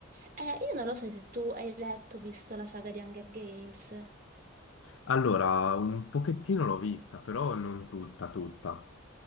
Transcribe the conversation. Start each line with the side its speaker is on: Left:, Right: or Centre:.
Right: Eh, io non lo so se tu hai letto, visto la saga di Hunger Games.
Left: Allora, un pochettino l'ho vista, però non tutta, tutta.